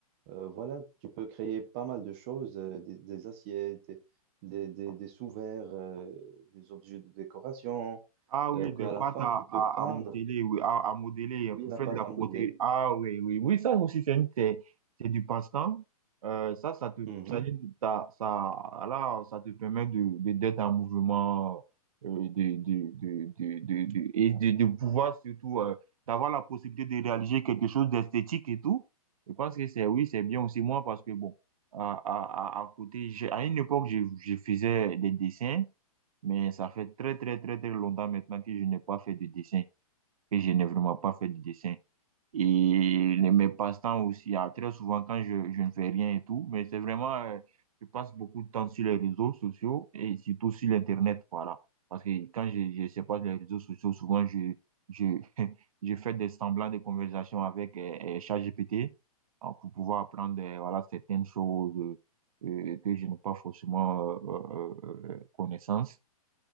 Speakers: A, on the right (about 20°); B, on the right (about 65°).
A: euh, voilà, tu peux créer pas mal de choses, euh, des, des assiettes, des, des, des, des sous-verres, euh, des objets de décoration,
B: Ah oui,
A: euh, qu'à
B: des pâtes
A: la fin,
B: à,
A: tu peux
B: à,
A: peindre.
B: à modeler, oui, à, à modeler
A: Oui,
B: hein, pour
A: la
B: faire
A: pâte
B: de la
A: à
B: protéine.
A: modeler.
B: Ah oui, oui, oui, ça aussi, c'est une- c'est c'est du passe-temps. Euh, ça, ça te,
A: Mhm.
B: ça, dit- t'as- ça, là, ça te permet de, de, d'être en mouvement, euh, de, de, de, de, de, de- et de, de pouvoir surtout, euh, d'avoir la possibilité de réaliser quelque chose d'esthétique et tout. Je pense que c'est, oui, c'est bien aussi moi parce que bon, à, à, à à côté, j'ai- à une époque, je, je faisais des dessins. Mais ça fait très, très, très, très longtemps maintenant que je n'ai pas fait de dessin, que je n'ai vraiment pas fait de dessin. Et les- mes passe-temps aussi, ah, très souvent quand je, je ne fais rien et tout, mais c'est vraiment, euh, je passe beaucoup de temps sur les réseaux sociaux et surtout sur l'Internet, voilà. Parce que quand je, je sais pas les réseaux sociaux, souvent je, je, <laughs> je fais des semblants de conversation avec euh, euh, ChatGPT euh, pour pouvoir apprendre, euh, voilà, certaines choses euh, euh, que je n'ai pas forcément euh, euh, euh, connaissance.